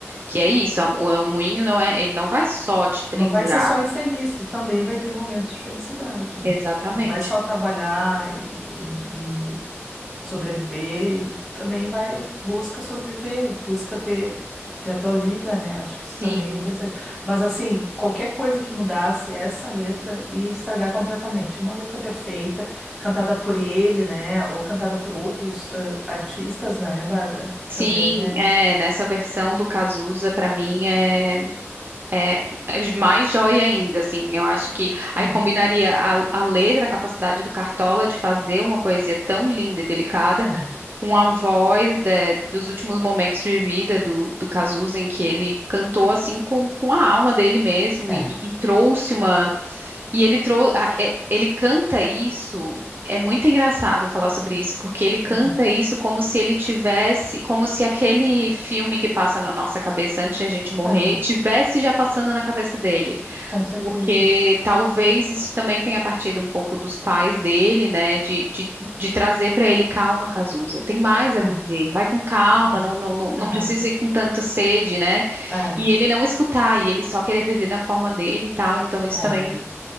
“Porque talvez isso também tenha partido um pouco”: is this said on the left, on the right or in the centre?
Right